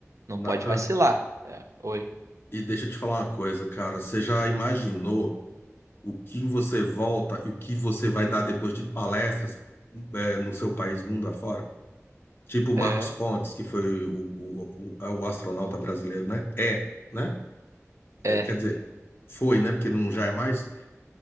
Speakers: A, on the right (about 70°); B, on the left (about 45°).
A: não
B: Natan,
A: pode vacilar. É, oi.
B: e deixa eu te falar uma coisa, cara. Você já imaginou o que você volta e o que você vai dar depois de palestras é, no seu país, mundo afora? Tipo o
A: É,
B: Marcos Pontes, que foi o, o, o, é o astronauta brasileiro, né? É, né?
A: é.
B: É, quer dizer, foi, né? Porque não já é mais.